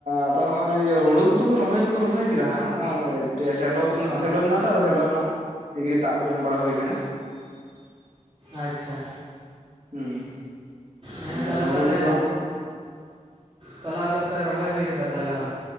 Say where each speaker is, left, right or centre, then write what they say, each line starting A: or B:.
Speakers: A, on the right; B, on the right.
A: ᱟᱫᱚ ᱦᱚᱜᱼᱚᱭ ᱦᱩᱲᱩ ᱠᱚᱫᱚ ᱠᱚ ᱨᱚᱦᱚᱭ ᱫᱚᱠᱚ ᱨᱚᱦᱚᱭ ᱠᱮᱫᱟ ᱦᱟᱸᱜ ᱱᱚᱜ-ᱚᱭ ᱫᱤᱭᱮ ᱥᱮᱞᱚ ᱠᱚ
B: ᱚ
A: ᱥᱮᱞᱚ ᱢᱮᱱᱟᱜ ᱛᱚ ᱥᱮᱞᱚ ᱨᱮᱱᱟᱜ ᱛᱮᱜᱮ ᱫᱟᱜ ᱠᱚ ᱮᱢ ᱵᱟᱲᱟ ᱦᱩᱭ ᱟᱠᱟᱱᱟ
B: ᱟᱪᱪᱷᱟ
A: ᱦᱩᱸ
B: ᱦᱮᱸ
A: ᱟᱫᱚ
B: ᱛᱟᱦᱚᱞᱮ
A: ᱦᱩᱲᱩ
B: ᱛᱟᱦᱚᱞᱮ
A: ᱠᱚᱫᱚ
B: ᱛᱚᱞᱟ ᱠᱚᱫᱚ ᱯᱮ ᱨᱚᱦᱚᱭ ᱦᱩᱭ ᱠᱟᱫᱟ ᱛᱟᱦᱚᱞᱮ ᱵᱟᱝ?